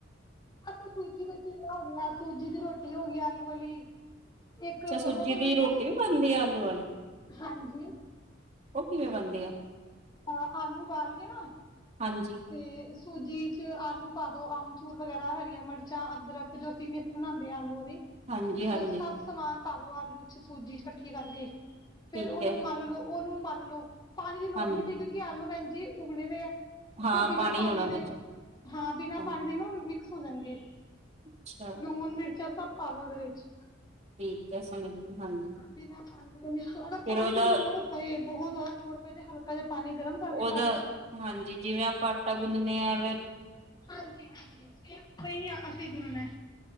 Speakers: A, on the left; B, on the right.
A: ਅਸ ਸੂਜੀ ਦੇ ਚੀਨ ਹੋਣੀ ਆ ਸੂਜੀ ਰੋਟੀ ਹੋ ਗਈ ਆਲੂ ਵਾਲੀ ਇੱਕ
B: ਅੱਛਾ ਸੂਜੀ
A: ਉਹ ਬਣਦੀ
B: ਦੀ
A: ਨਾ
B: ਰੋਟੀ ਵੀ ਬਣਦੀ ਆ ਆਲੂ ਵਾਲੀ
A: ਹਾਂਜੀ
B: ਉਹ ਕਿਵੇਂ ਬਣਦੀ ਆ
A: ਹਾਂ ਆਲੂ ਉਬਾਲ ਕੇ ਨਾ
B: ਹਾਂਜੀ
A: ਤੇ ਸੂਜੀ ਚ ਆਲੂ ਪਾ ਦੋ ਅਮਚੂਰ ਵਗੈਰਾ ਹਰੀਆਂ ਮਿਰਚਾਂ ਅਦਰਕ ਜੋ ਅਸੀਂ ਮਿਕਸ ਬਣਾਉਂਦੇ ਹਾਂ ਆਲੂ ਦੀ
B: ਹਾਂਜੀ ਹਾਂਜੀ
A: ਉਸ ਸਭ ਸਮਾਨ ਪਾਲੋ ਆਲੂ ਚ ਸੂਜੀ ਚ ਇਕੱਠੀ ਕਰਕੇ ਫੇਰ
B: ਠੀਕ
A: ਉਹਨੂੰ
B: ਹੈ
A: ਮੰਨ ਲਓ ਉਹਨੂੰ ਮੰਨ ਲਓ ਪਾਣੀ ਦੀ ਲੋੜ
B: ਹਾਂਜੀ
A: ਨਹੀਂ ਪਯੀ ਕਿਉਂਕਿ ਆਲੂ ਪੈਂ ਜੀ ਉਗਲੇ ਦੇ ਆ
B: ਹਾਂ
A: ਤੇ ਉਹ ਬਿਨਾਂ ਪਾਣੀ
B: ਹੋਣਾ ਉਹਨਾਂ
A: ਦੇ
B: ਚ
A: ਹਾਂ ਬਿਨਾਂ
B: ਹਾਂਜੀ
A: ਪਾਣੀ ਦੇ ਨਾ ਹੋ ਜਾਣਗੇ
B: ਅੱਛਾ
A: ਲੂਨ ਮਿਰ <unintelligible> ਪਾਲੋ ਉਹਦੇ ਵਿੱਚ
B: ਠੀਕ ਹੈ ਸਮਝ ਗਈ ਹਾਂਜੀ
A: ਤੇ ਨੀਚੇ ਅਗਰ
B: ਫਿਰ
A: ਪਾਣੀ
B: ਉਹਦਾ
A: ਦੀ ਲੋੜ ਪਏ ਬਹੁਤ ਜ਼ਿਆਦ ਲੋੜ ਪਏ ਤੇ ਹਲਕਾ ਜਿਆ ਪਾਣੀ ਗਰਮ ਕਰਕੇ
B: ਉਹਦਾ
A: ਪਾ ਲੋ।
B: ਹਾਂਜੀ ਜਿਵੇਂ ਆਪਾਂ ਆਟਾ ਗੁੰਨਨੇ ਆ ਐਂਵੇਂ।
A: ਹਾਂਜੀ-ਹਾਂਜੀ, ਸਈ ਆ ਅਸੀ ਗੁੰਨਨੈ।